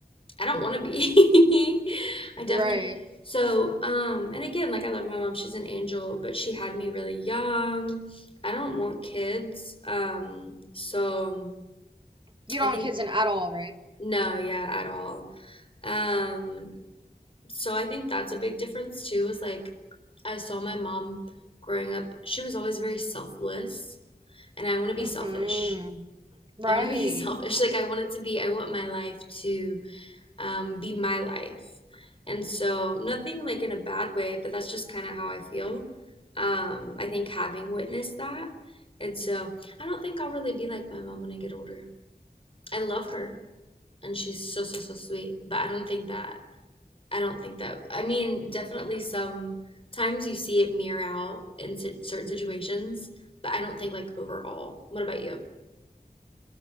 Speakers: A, on the left; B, on the right.
A: I don't want to be. <laughs> I definitely.
B: Right.
A: So, um, and again, like I love my mom, she's an angel, but she had me really young. I don't want kids. Um, so
B: You don't
A: I think
B: want kids in at all, right?
A: no, yeah, at all. Um, so I think that's a big difference too, is like I saw my mom growing up, she was always very selfless, and I want to be
B: Mm-hmm.
A: selfish.
B: Right.
A: I want to be <laughs> selfish. Like I want it to be, I want my life to um, be my life. And so, nothing like in a bad way, but that's just kind of how I feel. Um, I think having witnessed that. And so, I don't think I'll really be like my mom when I get older. I love her and she's so, so, so sweet, but I don't think that, I don't think that, I mean, definitely sometimes you see it mirror out in si- certain situations, but I don't think like overall. What about you?